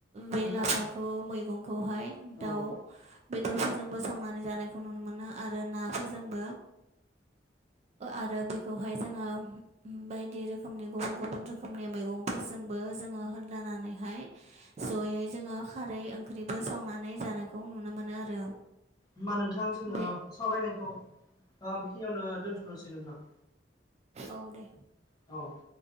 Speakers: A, on the right (about 35°); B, on the left (about 25°).
A: बे
B: नोंथां
A: लाफाखौ
B: औ
A: मैगंखौहाय
B: होमबा
A: दाउ बेदरफोरजोंबो सावनानै जानायखौ नुनो मोनो आरो नाफोरजोंबो आरो बेखौहाय जोङो बायदि रोखोमनि गुबुन गुबुन रोखोम रोखोमनि मैगंफोरजोंबो जोङो होदालानानैहाय जयै जोङो खारै ओंख्रिबो सावनानै जानायखौ नुनो मोनो आरो।
B: होमबा नोंथां जोङो
A: बे
B: सावरायनायखौ बेखिनियावनो दोन्थनोसै नोंथां।
A: औ दे
B: औ